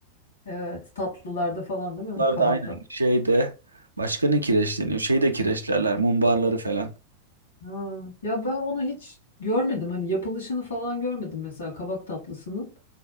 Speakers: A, on the left; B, on the right.
A: Evet tatlılarda falan değil mi?
B: Bunlar
A: Kabak
B: da Hmm. aynen
A: tatlı.
B: şeyde başka ne kireç deniyor? Şey de kireçlerler, mumbarları falan.
A: Ha, ya ben onu hiç görmedim. Hani yapılışını falan görmedim mesela kabak tatlısının.